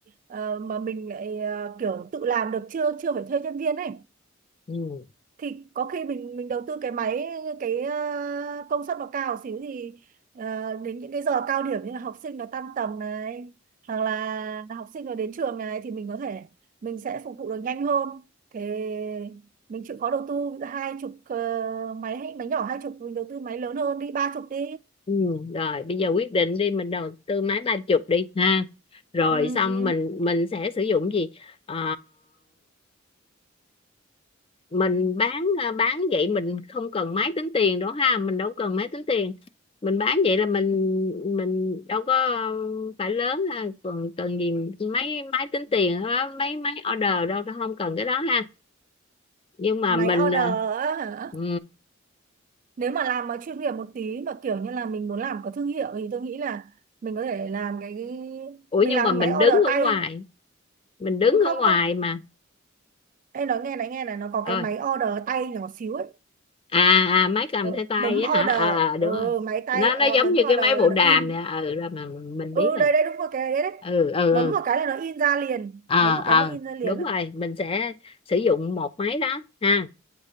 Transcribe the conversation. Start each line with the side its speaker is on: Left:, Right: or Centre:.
Right: ờ, mà mình lại ờ, kiểu tự làm được chưa chưa phải thuê nhân viên ấy
Left: ừ
Right: thì có khi mình mình đầu tư cái máy cái ờ, công suất nó cao xíu thì ờ, đến những cái giờ cao điểm như là học sinh nó tan tầm này hoặc là học sinh nó đến trường này thì mình có thể mình sẽ phục vụ được nhanh hơn thế mình chịu khó đầu tư hai chục ờ, máy hay máy nhỏ hai chục mình đầu tư máy lớn hơn đi ba chục đi
Left: ừ rồi bây giờ quyết định đi mình đầu tư máy ba chục đi ha rồi
Right: ừ,
Left: xong
Right: ừ.
Left: mình mình sẽ sử dụng gì Ờ, mình bán à, bán vậy mình không cần máy tính tiền đó ha mình đâu cần máy tính tiền mình bán vậy là mình mình đâu có ờ, phải lớn ha còn cần gì mấy máy tính tiền á, mấy máy order đâu không cần cái đó ha nhưng mà
Right: máy
Left: mình
Right: order
Left: ờ,
Right: á hả
Left: ừ.
Right: nếu mà làm mà chuyên nghiệp một tí mà kiểu như là mình muốn làm có thương hiệu thì tôi nghĩ là mình có thể làm cái cái...
Left: ủa
Right: mình
Left: nhưng
Right: làm
Left: mà mình
Right: máy
Left: đứng
Right: order
Left: ở
Right: tay
Left: ngoài mình đứng
Right: ừ, không
Left: ở ngoài
Right: không
Left: mà
Right: em nói nghe này nghe này nó có
Left: ơi
Right: cái máy order tay nhỏ xíu ấy
Left: à, à máy cầm
Right: Ờ,
Left: theo tay
Right: bấm
Left: á hả
Right: order
Left: ờ đúng
Right: ừ,
Left: rồi
Right: máy tay
Left: nó
Right: ờ,
Left: nó giống
Right: bấm
Left: như cái
Right: order
Left: máy
Right: là
Left: bộ
Right: nó
Left: đàm
Right: in
Left: nè ừ rồi mà mình, mình
Right: ừ
Left: biết rồi
Right: đây đây đúng rồi cái đấy đấy
Left: ừ ừ
Right: bấm
Left: ừ
Right: một cái là nó in ra liền
Left: ờ
Right: bấm một
Left: ờ
Right: cái nó in ra liền
Left: đúng
Right: à
Left: rồi mình sẽ sử dụng một máy đó ha